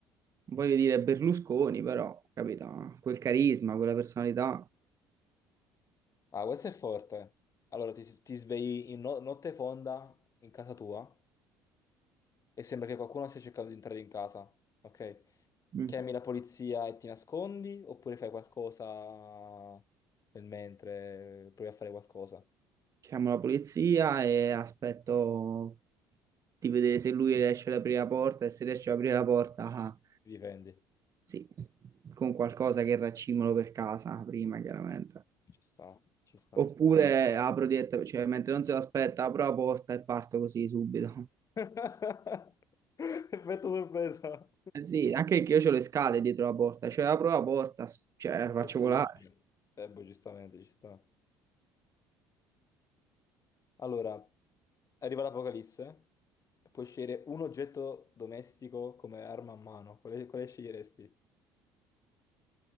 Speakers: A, on the right; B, on the left.
A: voglio dire, Berlusconi, però, capito? Quel carisma, quella personalità.
B: Ah, questo è forte. Allora, ti, ti svegli in no- notte fonda in casa tua e sembra che qualcuno stia cercando di entrare in casa, ok?
A: Mm.
B: Chiami la polizia e ti nascondi oppure fai qualcosa nel mentre, provi a fare qualcosa,
A: Chiamo la polizia e aspetto di vedere se lui riesce ad aprire la porta e se riesce ad aprire la porta, ah,
B: ti difendi.
A: sì, con qualcosa che raccimolo per casa prima, chiaramente.
B: Ci sta, ci sta.
A: Oppure apro direttamente, cioè mentre non se lo aspetta, apro la porta e parto così subito.
B: <laughs> Effetto sorpresa.
A: Eh sì, anche che io ho le scale dietro la porta, cioè apro la porta, s- cioè la faccio
B: Le spingi.
A: volare.
B: Eh, boh, giustamente, ci sta. Allora, arriva l'Apocalisse, puoi scegliere un oggetto domestico come arma a mano. Quale, quale sceglieresti?